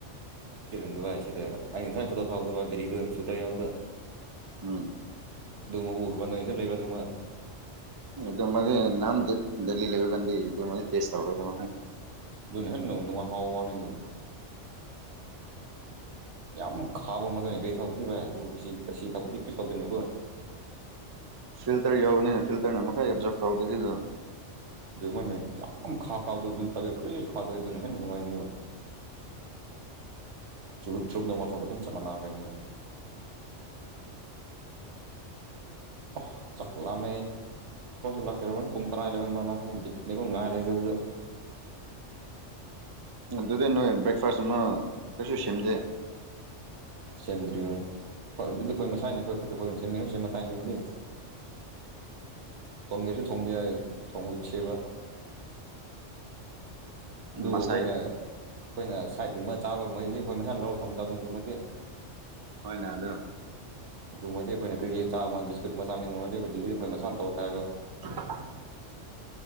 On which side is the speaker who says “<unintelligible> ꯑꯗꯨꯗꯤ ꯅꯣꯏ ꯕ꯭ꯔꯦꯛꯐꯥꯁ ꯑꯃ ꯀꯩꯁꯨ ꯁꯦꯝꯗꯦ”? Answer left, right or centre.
Right